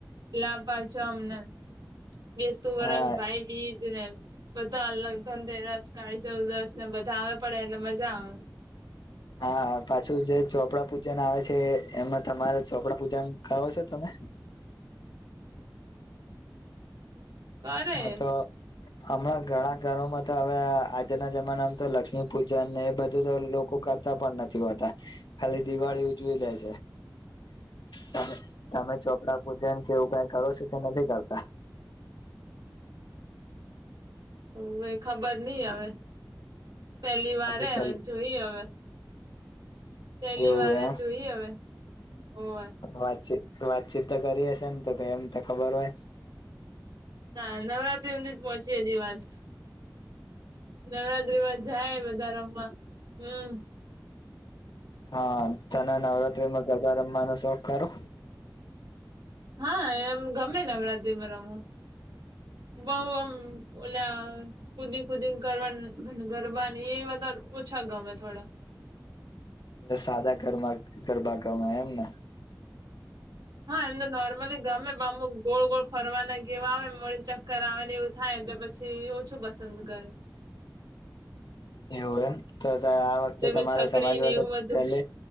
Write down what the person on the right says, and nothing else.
લાભ પાંચમને બેસતું વરસ,
ભાઈબીજ ને બધા અલગ ધનતેરસ, કાળીચૌદસને બધા આવે પણ એ મજા આવે.
<inaudible> કરે.
<inaudible>
અ ભઈ ખબર નઈ હવે. પહેલી વારે
હવે જોઈએ હવે. પેલી
વારે
જોઈએ હવે. હોવે
ના, નવરાત્રી હુધી જ પહોંચી એ દી વાત. નવરાત્રીમાં
જાય
બધા રમવા. હમ.
હા, એમ ગમે નવરાત્રીમાં રમવુ. બઉ આમ ઓલા કુદી-કુદીન કરવાન ગરબાન એ બધા ઓછા ગામ થોડા.
હા, એમ તો નોમલી ગમે પણ આમ બઉ ગોળ-ગોળ ફરવાના કે એવા આવે, વડી ચક્કર આવે ને એવું થાય એટલે પછી ઓછું પસંદ કરુ. <inaudible>
તેમ
છકડી
ને એવું
બધું